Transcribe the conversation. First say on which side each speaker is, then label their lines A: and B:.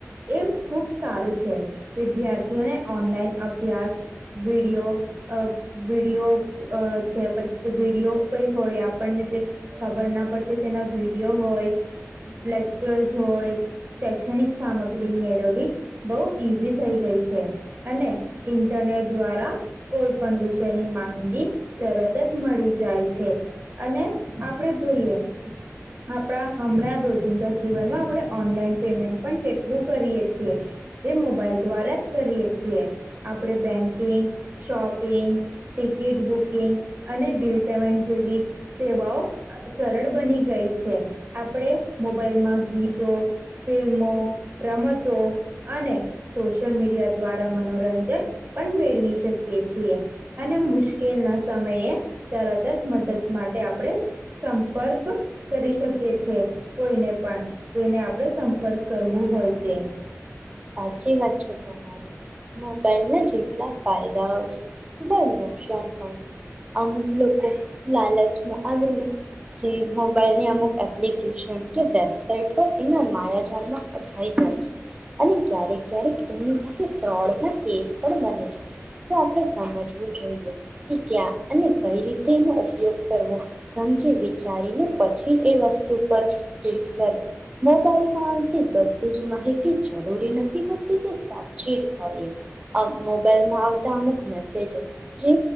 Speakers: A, on the right; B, on the right.
A: એ ખૂબ સારું છે, વિદ્યાર્થીઓને ઓનલાઈન અભ્યાસ વિડીયો અ વિડીયો અ છે પ વિડીયો કઈ હોય આપણને જે ખબર ના પડતી તેના વિડીયો હોય, લેક્ચર્સ હોય, શૈક્ષણિક સામગ્રી મેળવવી બહુ ઇઝી થઈ ગઈ છે અને ઇન્ટરનેટ દ્વારા કોઈ પણ વિષયની માહિતી તરત જ મળી જાય છે અને આપણે જોઈએ આપણા હમણાં રોજિંદા જીવનમાં આપણે ઓનલાઈન પેમેન્ટ પણ કેટલું કરીએ છીએ, જે મોબાઈલ દ્વારા જ કરીએ છીએ, આપણે બેંક કે શોપિંગ, ટિકિટ બુકિંગ અને બિલ પેમેન્ટ જેવી સેવાઓ સરળ બની ગઈ છે, આપણે મોબાઈલમાં ગીતો, ફિલ્મો, રમતો અને સોશિયલ મીડિયા દ્વારા મનોરંજન પણ મેળવી શકીએ છીએ અને મુશ્કેલના સમયે તરત જ મદદ માટે આપણે સંપર્ક કરી શકીએ છેએ, કોઈને પણ જેને આપણે સંપર્ક કરવું હોય તે.
B: સાચી વાત છે તમારી, મોબાઈલના જેટલા ફાયદાઓ છે <unintelligible> નુકસાન પણ છે, અમુક લોકો લાલચમાં આવીને જે મોબાઈલની અમુક એપ્લિકેશન કે વેબસાઇટ હોય એના માયાઝાડમાં ફચાઈ જાય છે. અને ક્યારેક ક્યારેક એની સાથે ફ્રોડના કેસ પણ બને છે, તો આપણે સમજવું જોઈએ કે ક્યા અને કઈ રીતે એનો ઉપયોગ કરવો સમજી વિચારીને પછી જ એ વસ્તુ પર ક્લિક કરવુ, મોબાઈલમાં આવતી બધી જ માહિતી જરૂરી નથી હોતી કે સાચી જ હોય એ, મોબાઈલમાં આવતા અમુક મેસેજો જે